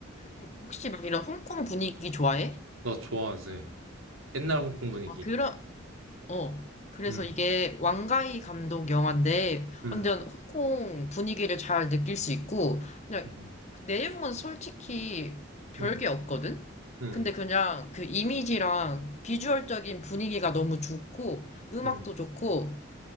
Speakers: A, on the left; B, on the right.
A: 혹- 혹시 막 이런 홍콩 분위기 좋아해?
B: 나 좋아하지. 옛날 홍콩 분위기.
A: 어, 그런, 어. 그래서
B: 음,
A: 이게 왕가이 감독 영화인데
B: 음,
A: 완전 홍콩 분위기를 잘 느낄 수 있고 그냥
B: 음,
A: 그 내용은 솔직히 별게
B: 음,
A: 없거든?
B: 음,
A: 근데 그냥 그 이미지랑 비주얼적인 분위기가 너무 좋고 음악도
B: 음,
A: 좋고